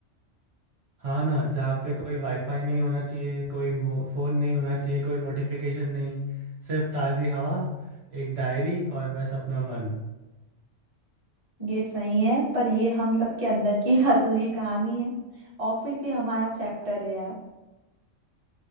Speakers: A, on the right; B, on the right.
A: हाँ ना जहाँ पे कोई वाईफाई नहीं होना चाहिए कोई फोन नहीं होना चाहिए कोई नोटिफिकेशन नहीं सिर्फ ताज़ी हवा एक डायरी और बस अपना मन
B: ये सही है पर ये हम सबके अंदर की <laughs> एक अधूरी कहानी है ऑफिस ही हमारा चैप्टर है यार